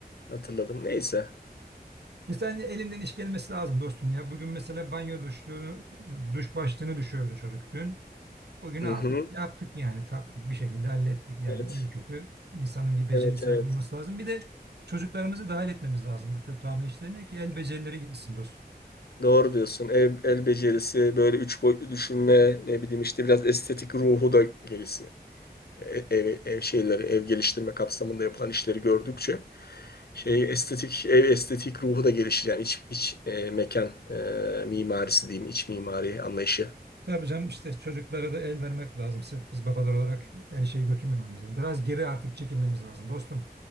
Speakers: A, on the left (about 70°); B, on the right (about 80°).
A: hatırladım. Neyse.
B: İnsanın elinden iş gelmesi lazım dostum ya. Bugün mesela banyo duşluğunu, duş başlığını düşürdü çocuk dün. Bugün
A: Hı
B: aldık,
A: hı.
B: yaptık yani taktık bir şekilde hallettik yani
A: Evet.
B: iyi kötü. İnsanın bir beceri
A: Evet
B: sahibi
A: evet.
B: olması lazım. Bir de çocuklarımızı dahil etmemiz lazım bu tür tamir işlerine ki el becerileri gelişsin dostum.
A: Doğru diyorsun. El, el becerisi böyle üç boyutlu düşünme ne bileyim işte biraz estetik ruhu da gelişsin. E- Ev, ev şeyleri ev geliştirme kapsamında yapılan işleri gördükçe şey estetik ev estetik ruhu da gelişir yani iç, iç e, mekan e, mimarisi diyeyim iç mimari anlayışı.
B: Tabii canım işte çocuklara da el vermek lazım. Sırf biz babalar olarak her şeyi götürmememiz lazım. Biraz geri artık çekilmemiz lazım dostum.